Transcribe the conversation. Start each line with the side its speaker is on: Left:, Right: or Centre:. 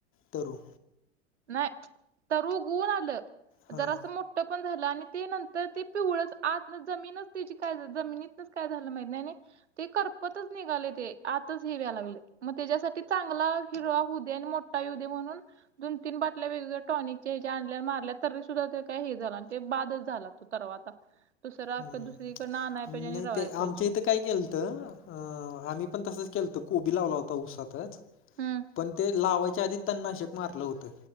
Left: तरु.
Right: नाही तरु उगवून आलं
Left: हां
Right: जर असं मो पण झालं आणि ते नंतर ते पिवळच आत जमीनच त्याची काय जमिनीतनच काय झालं माहित नाही. ते करपतच निघाले ते आताच हेव्या लागले. मग त्याच्यासाठी चांगला हिरवा होवू दे आणि मोठा येऊ दे म्हणून. दोन तीन बाटल्या वेगवेगळ्या टॉनिकच्या्या आणल्या मारल्या तरी.. सुद्धा ते काही हे झाल नाही ते बादच झाला त. तरवा आता दुसरा
Left: हम्म
Right: दुसरीकडनं आणाय पाहिजे आणि
Left: नाही
Right: रवाय
Left: ते
Right: पाहिजे.
Left: आमच्या इथं काय केलत अ आम्ही पण तसच केलत कोबी लावला होता ऊसातच
Right: हम्म
Left: पण ते लावायच्या आधी तननाशक मारलं होतं